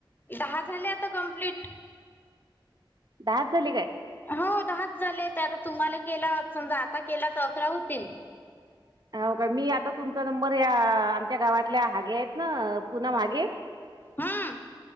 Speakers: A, on the left (about 20°); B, on the right (about 55°).
A: दहा झाले आता कमप्लीट
B: दहाच झाली काय
A: हो दहाच झाले ते आता तुम्हाला केला समजा आता केला तर अकरा होतील
B: हो का मी आता तुमचा नंबर या आमच्या गावातल्या हागे आहेत ना पनम हागे
A: हम्म.